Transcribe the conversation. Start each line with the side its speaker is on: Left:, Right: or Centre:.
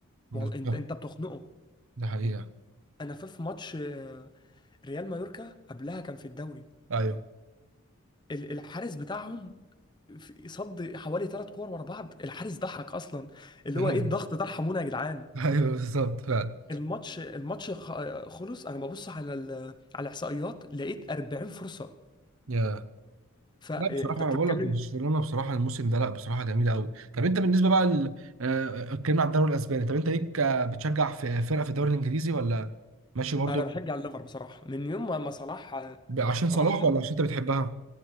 Right: بالظبط
Left: وال- انت انت بتخنقه
Right: ده حقيقه
Left: انا في في ماتش آه، ريال مايوركا قبلها كان في الدوري
Right: ايوه
Left: ال- الحارس بتاعهم في- صد حوالي ثلاث كور ورا بعض الحارس ضحك اصلا اللي
Right: <laughs> ايوه
Left: هو ايه الضغط ده ارحمونا يا جدعان
Right: ايوه بالظبط فعلا
Left: الماتش الماتش خ- خلص انا ببص على ال- على الاحصائيات لقيت 40 فرصه
Right: يا
Left: فانت
Right: لا بصراحه انا
Left: بتتكلم
Right: بقول لك برشلونه بصراحه الموسم ده لا بصراحه جميله قوي طب انت بالنسبه بقى ال- آه، اتكلمنا على الدوري الاسباني طب انت ليك آه، بتشجع في فرقه في الدوري الانجليزي ولا ماشي برضو
Left: انا بشجع الليفر بصراحه من يوم ما ما صلاح آه،
Right: ب- عشان
Left: راحها
Right: صلاح ولا عشان انت بتحبها